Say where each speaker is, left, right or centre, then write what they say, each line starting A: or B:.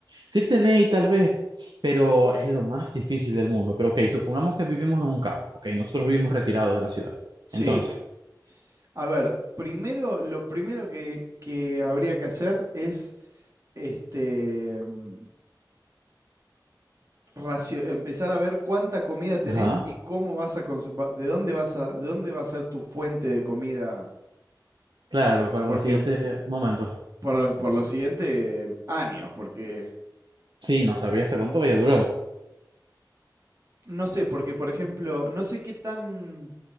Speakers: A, on the right (about 70°); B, on the right (about 45°).
A: Sí tenéis tal vez, pero es lo más difícil del mundo. Pero ok, supongamos que vivimos en un campo. Ok, nosotros vivimos retirados de la ciudad.
B: Sí,
A: Entonces,
B: a ver, primero, lo primero que, que habría que hacer es este, mm, racio- empezar a ver cuánta comida tenés
A: ajá.
B: y cómo vas a, cons- va- de dónde vas a, de dónde va a ser tu fuente de comida,
A: Claro, para
B: porque
A: los siguientes momentos.
B: por, los- por los siguientes años, porque
A: Sí, no sabía hasta cuánto vaya a durar.
B: no sé, porque por ejemplo, no sé qué tan